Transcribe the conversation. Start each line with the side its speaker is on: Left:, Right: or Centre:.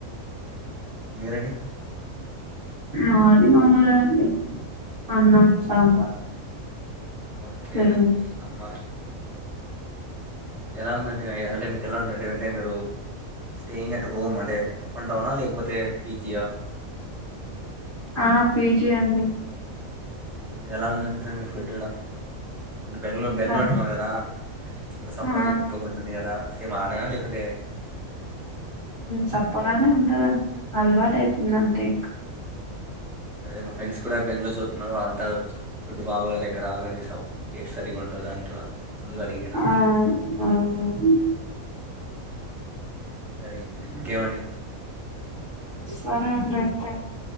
Centre: మీేరేని
Right: మాది మామూలు అండి అన్నం సాంబార్
Centre: ఓకే
Right: పెరుగు.
Centre: అమ ఎలా ఉందండింటే మీకు ఎలా ఉంటుే ఏదంటే మీరు స్టేయింగ్ అట్ హోమ్ అంటే అప్ అండ్ డౌనా లేకపోతే పీజియా
Right: ఆ పీజీ అండి
Centre: ఇ ఎలా ఉందింటుారు మీ ఫుడ్ కూడా అంట బెంగళూ బెంగళూరు
Right: అద్
Centre: అంటున్నారు కదా అంటే సప్పగా
Right: ఆ
Centre: గిప్పగా ఉంటుంది కదా సేమ్ అలానేనా లేకుంటే
Right: చప్పగానే ఉంటదండి హల్వాటు అయిపోయిందంత థ్యాంక్ యూ
Centre: అదే మా ఫ్రెండ్స్ కూడా బెంగళూరు చదువుతున్నారు వాళ్ళందారు ఫుడ్ బాగరు ఎక్కడా టేస్ట్ సరి ఉ అందుకు అడిగనా
Right: ఆ! అవునవును.
Centre: సరే ఇంకేమండి
Right: సరే ఉంయితే